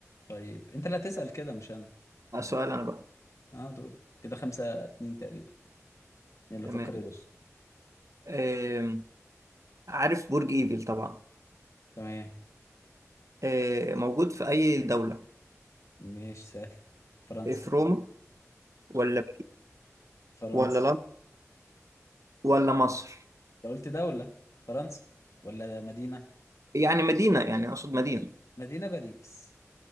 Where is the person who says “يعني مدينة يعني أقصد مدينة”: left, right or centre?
Right